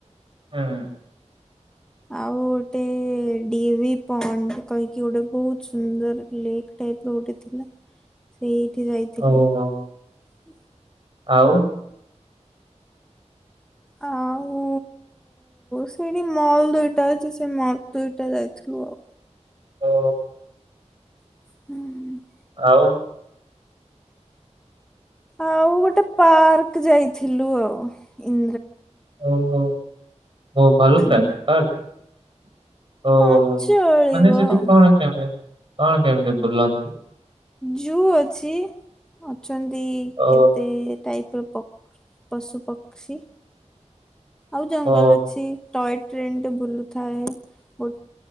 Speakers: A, on the right; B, in the centre.
A: ହୁଁ।
B: ଆଉ। ଟେ ଡିଭିି ପଣ୍ଡ କହିକି ଗୋଟେ ବହୁତ ସୁନ୍ଦର ଲେକ୍ ଟାଇପ ର ଗୋଟେ ଥିଲା ସେଇ ଉଠି ଯାଇଥିଲୁ
A: ଓହୋ
B: ହ
A: ଆଉ
B: ଆଉ ସେଇଠି ମଲ୍ ଦୁଇଟା ଅଛି ସେ ମଲ ଦୁଇଟା ଯାଇଥିଲୁ ଆଉ
A: ଓ
B: ହୁଁ
A: ହଉ
B: ଆଉ ଗୋଟେ ପାର୍କ ଯାଇଥିଲୁ ଆଉ ଇ
A: ଓହୋ ହ ଭଲୁ
B: ହୁଁ।
A: ପ୍ରା କରକ ଓ
B: ହଁ
A: ମାନେ
B: ଚଳିବ
A: ସେଠ
B: ଆଉ
A: କଣ କେମ କଣ କେମିତି ବୁଲାନ୍ତିୁ
B: ଜୁ ଅଛି ଅଛନ୍ତି
A: ଓ
B: କେତେ ଟାଇପ୍ ପ ପ ପଶୁ ପକ୍ଷୀ ଆଉ ଜଙ୍ଗଲ
A: ଓ
B: ଅଛି ଟଏ ଟ୍ରେନ୍ଟେ ବୁଲୁଥାଏ ଓ